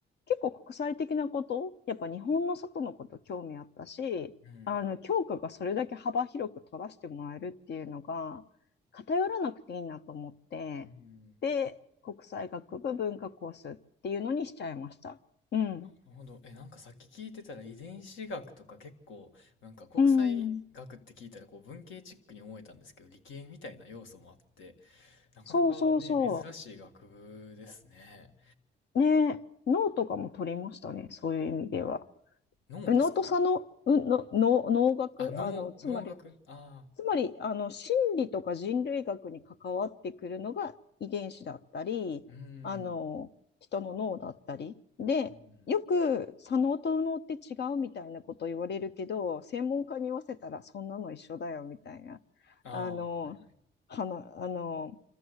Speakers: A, on the left; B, on the left.
A: 結構国際的なこと、やっぱ日本の外のこと興味あったし、
B: うん、
A: あの教科がそれだけ幅広く取らせてもらえるっていうのが偏らなくていいなと思って、
B: うん。
A: で、国際学部文化コースっていうのにしちゃいました。うん。
B: なるほど。え、なんかさっき聞いてたら遺伝子学とか結構、なんか国際学って聞いたらこう文系チックに思えたんですけど、
A: うん。
B: 理系みたいな要素もあって、なかなかね、
A: そうそうそ
B: 珍しい学部ですね。
A: う。ね、ノートとかも取りましたね、そういう意味では。
B: 脳ですか
A: 右脳と左脳、の脳、脳学、
B: あ、農農学ああ
A: あの、つまり、つまり、あの、心理とか人類学に関わってくるのが遺伝子だったり、
B: ー、うー
A: あの、
B: ん、
A: 人の脳だったり。で、
B: うん。
A: よく左脳と右脳って違うみたいなこと言われるけど、専門家に言わせたらそんなの一緒だよみたいな、
B: ああ、
A: あの、
B: はい。
A: はな、あの、